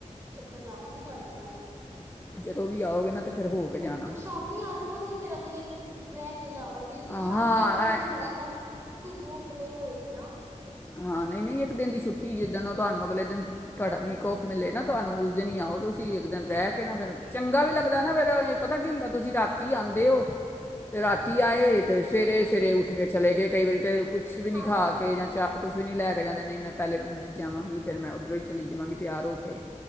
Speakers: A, on the right (about 20°); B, on the left (about 15°).
A: ਕਰ ਲਾਵਾਂਗੀ ਤੁਹਾਡੇ ਵਲ।
B: ਜਦੋਂ ਵੀ ਆਓਗੇ ਨਾ ਤੇ ਫਿਰ ਹੋ ਕੇ ਜਾਣਾ
A: ਫੇਰ ਸ਼ਾਮੀ ਆ ਜਾਵਾਂਗੀ ਫਿਰ ਅਗਲੇ ਦਿਨ ਰਹਿ ਕੇ ਜਾਵਾਂਗੇ।
B: ਹਾਂ
A: ਸ਼ਾਮੀ ਆਵਾਂਗੀ
B: ਐ-
A: ਤੇ ਮੌਸਮ ਭੂਕ ਨਹੀਂ ਹੋਏਗੀ ਨਾ
B: ਹਾਂ, ਨਹੀਂ -ਨਹੀਂ ਇੱਕ ਦਿਨ ਦੀ ਛੁੱਟੀ ਜਿੱਦਣ ਨਾਲ ਤੁਹਾਨੂੰ ਅਗਲੇ ਨ
A: ਹੂੰ
B: ਤੁਹਾਡਾ ਵੀਕ ਔਫ ਮਿਲੇ ਨਾ। ਤੁਹਾਨੂੰ ਉਸ ਦਿਨ ਹੀ ਆਓ ਤੁਸੀਂ ਅਸੀਂ ਇੱਕ ਦਿਨ
A: ਹੂੰ
B: ਰਹਿ ਕੇ ਨਾ ਫਿਰ ਚੰਗਾ ਵੀ ਲੱਗਦਾ ਨਾ ਫਿਰ ਪਤਾ ਕੀ ਹੁੰਦਾ। ਤੁਸੀਂ ਰਾਤੀ ਆਉਂਦੇ ਹੋ ਅਤੇ ਰਾਤੀ ਆਏ ਅਤੇ ਸਵੇਰੇ-ਸਵੇਰੇ ਉੱਠ ਕੇ ਚਲੇ ਗਏ। ਕਈ ਵਾਰੀ ਤੇ ਕੁਛ ਵੀ ਨਹੀਂ
A: ਹਾਂਜੀ
B: ਖਾ ਕੇ ਜਾਂ ਕੁਛ ਵੀ ਨਹੀਂ ਲੈ ਕੇ ਜਾਂਦੇ। ਨਹੀਂ ਮੈਂ ਪਹਿਲੇ ਪੀ ਜੀ ਜਾਵਾਂਗੀ ਫੇਰ ਮੈਂ ਉੱਧਰੋਂ ਹੀ ਚਲੀ ਜਾਵਾਂਗੀ ਤਿਆਰ ਹੋ ਕੇ